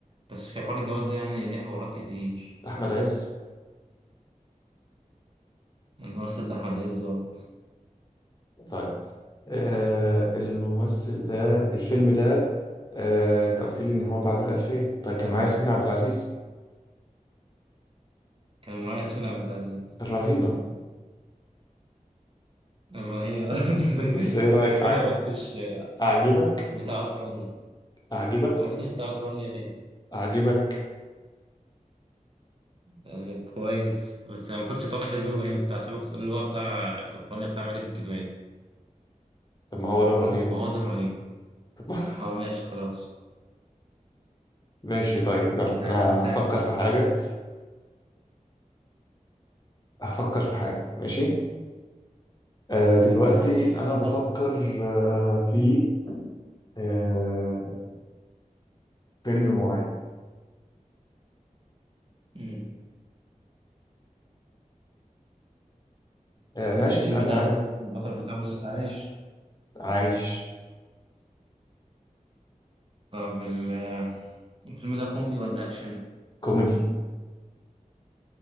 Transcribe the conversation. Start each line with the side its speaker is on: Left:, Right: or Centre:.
Right: بس في حوار الجواز ده يعني ليه حوارات كتير
Left: أحمد عز
Right: الممثل ده أحمد عز أهو.
Left: طيب آه الممثل ده الفيلم ده آه أنت قلت لي إن هو بعد الألفية طيب كان معايا ياسمين عبد العزيز
Right: كان معايا ياسمين عبد العزيز
Left: الرهينة
Right: الرهيبة <laughs>
Left: بس ايه رأيك
Right: مش
Left: أع-
Right: معنى ما قلتش
Left: أعجبك
Right: بتاع أوكرانيا
Left: أعجبك
Right: ما قلتش بتاع أوكرانيا ليه؟
Left: أعجبك
Right: لأن كويس بس أنا ما كنتش أتوقع إنك تجيب الرهينة كنت هحسبك تقول اللي هو بتاع أوكرانيا بتاع ماجد الكدواني
Left: طب ما هو ده الرهينة
Right: ما هو ده الرهينة
Left: طب
Right: أه ماشي خلاص
Left: <laughs> ماشي طيب يلا
Right: آه،
Left: أنا
Right: تمام
Left: هفكر في حاجة هفكر في حاجة ماشي آه دلوقتي
Right: ماشي
Left: أنا
Right: فكرت
Left: بفكر آه في آه فيلم معين
Right: مم.
Left: آه ماشي
Right: الفيلم
Left: اسألني
Right: ده
Left: عنه بقى.
Right: البطل بتاعه لسه عايش
Left: عايش
Right: طب ال- الفيلم ده كوميدي ولا أكشن؟
Left: كوميدي